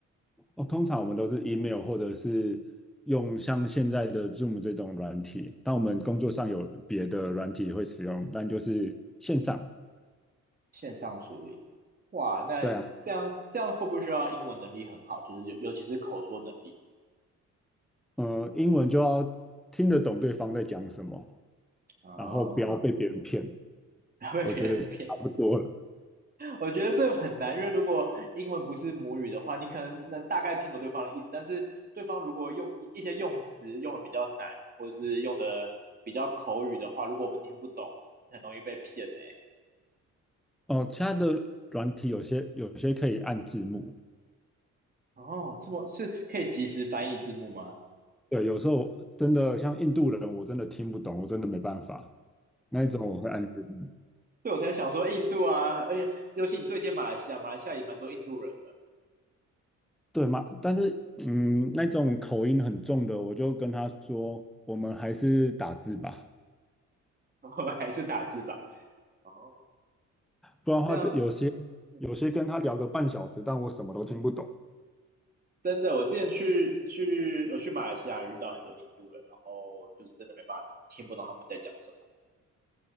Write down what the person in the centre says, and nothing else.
哦，通常我们都是 email 或者是用像现在的 Zoom 这种软体，但我们工作上有别的软体会使用，但就是线上。
对啊。
呃，英文就要听得懂对方在讲什么，
然后不要哦被别人骗，
我觉得就差不多了。
哦，其他的软体有些有些可以按字幕，
对，有时候真的像印度人，我真的听不懂，我真的没办法，那一种我会按字幕，
对嘛？但是嗯，那种口音很重的，我就跟他说，我们还是打字吧，
不然的话，
跟有些有些跟他聊个半小时，
但我什么都听不懂。